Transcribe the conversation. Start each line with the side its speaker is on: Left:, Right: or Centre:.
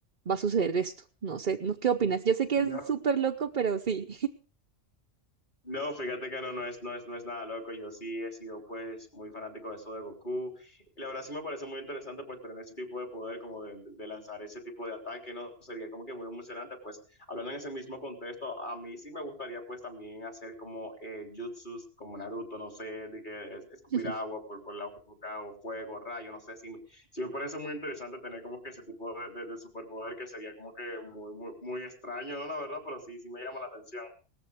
Right: va a suceder esto. No sé, ¿no? ¿Qué opinas? Yo sé que
Left: No.
Right: es súper loco, pero sí.
Left: No, fíjate que no, no es, no es, no es nada loco. Yo sí he sido pues muy fanático de eso de Goku. Y la verdad sí me parece muy interesante pues tener ese tipo de poder, como de, de- de lanzar ese tipo de ataque, ¿no? Sería como que muy emocionante. Pues hablando en ese mismo contexto, a mí sí me gustaría pues también hacer como eh, jutsus, como Naruto, no sé, de que es- escupir
Right: <laughs>
Left: agua por, por la boca o fuego, rayo, no sé, sí, me- sí me parece muy interesante tener como que ese tipo de, de- de superpoder que sería como que muy, muy, muy extraño, ¿no? La verdad, pero sí, sí me llama la atención.